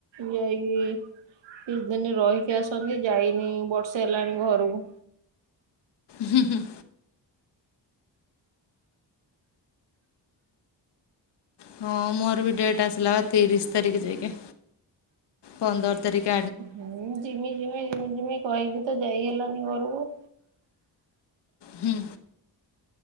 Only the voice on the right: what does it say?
ଯାଇକି କିଛି ଦିନ ରହିକି ଆସନ୍ତି ଯାଇନି ବର୍ଷେ ହେଲାଣି ଘରକୁ।
ହୁଁ ଝିମି ଜିମି ଜିମି ଜିମି କହିକି ତ ଯାଇ ହେଲାନି ଘରକୁ